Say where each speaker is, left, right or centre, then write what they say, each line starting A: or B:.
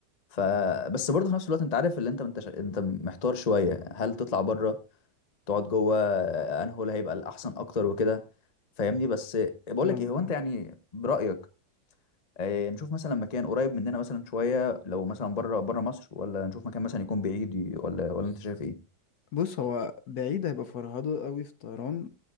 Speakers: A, on the left; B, on the left.
A: ف بس برضه في نفس الوقت انت عارف اللي انت انت انت محتار شويه هل تطلع بره تقعد جوه آه، انهو اللي هيبقى الاحسن اكتر وكده فاهمني بس بقول
B: فاهمك
A: لك ايه هو انت
B: انا
A: يعني برايك آه، نشوف مثلا مكان قريب مننا مثلا شويه لو مثلا بره بره مصر ولا نشوف مكان مثلا يكون بعيد ي- ولا ولا انت شايف ايه
B: بص هو بعيد هيبقى فرهضة قوي في الطيران